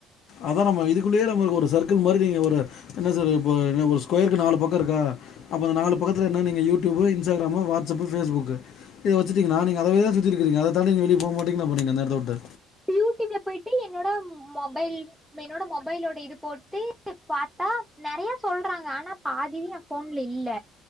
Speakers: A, on the left; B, in the centre.
A: அதான் நம்ம இதுக்குள்ளையே நம்ம ஒரு சர்க்கிள் மாதிரி நீங்க ஒரு என்ன சார் இப்ப என் ஒரு ஸ்கொயருக்கு நாலு பக்கம் இருக்கா அப்ப நாலு பக்கத்துல என்ன நீங்க யூடியூப்பு இன்ஸ்டாகிராமு வாட்ஸ்அப்பு ஃபேஸ்புக் இத வச்சிட்டீங்கன்னா நீங்க அதவே சுத்திட்டு இருக்கீங்க அத தாண்டி நீங்க வெளிய போக மாட்டீங்க அப்ப நீங்க அந்த இடத்த வுட்டு
B: யூடியூப்ல போயிட்டு என்னோட மொபைல் என்னோட மொபைலோட இது போட்டு பாத்தா நெறைய சொல்றாங்க ஆனா பாதி என் ஃபோன்ல இல்ல